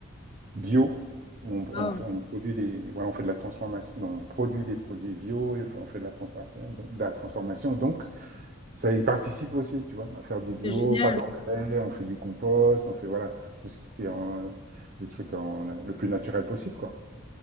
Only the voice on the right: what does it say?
bio où on,
on fait- on produit des, voilà, on fait de la transformation, non, on produit des produits bio et on fait de la transformation, donc, de la transformation. Donc, ça y participe aussi, tu vois, à faire du bio,
pas d'engrais, on fait du compost, on fait, voilà, tout ce qui est en, euh, des trucs en, euh, le plus naturel possible, quoi.